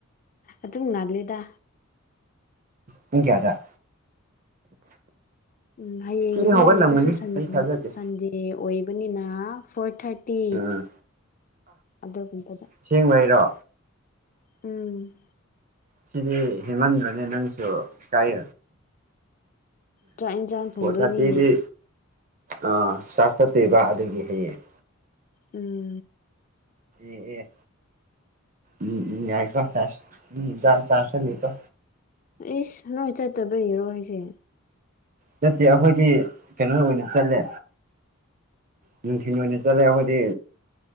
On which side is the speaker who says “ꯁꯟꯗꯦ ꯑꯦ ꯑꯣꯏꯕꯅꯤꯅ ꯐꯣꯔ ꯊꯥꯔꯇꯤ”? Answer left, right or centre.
Left